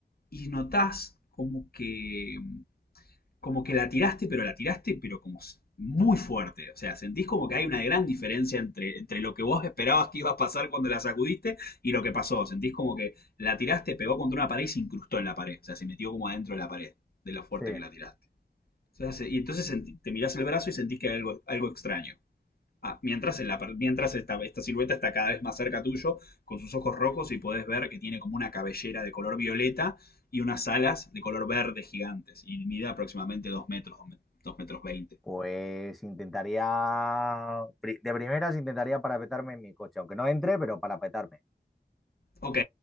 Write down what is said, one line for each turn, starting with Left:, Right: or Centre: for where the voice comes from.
Left: y notás como que, como que la tiraste, pero la tiraste, pero como muy fuerte. O sea, sentís como que hay una gran diferencia entre, entre lo que vos esperabas que iba a pasar cuando la sacudiste y lo que pasó. Sentís como que la tiraste, pegó contra una pared y se incrustó en la pared. O sea, se metió como adentro de la pared, de lo fuerte
Centre: Sí,
Left: que la tiraste. Se hace- y entonces senti- te mirás el brazo y sentís que hay algo, algo extraño. Ah, mientras en la per- mientras esta, esta silueta está cada vez más cerca tuyo, con sus ojos rojos, y podés ver que tiene como una cabellera de color violeta y unas alas de color verde gigantes. Y mide aproximadamente 2 metros, dos metros veinte
Centre: Pues intentaría. pri- De primeras intentaría parapetarme en mi coche, aunque no entre, pero parapetarme.
Left: Ok,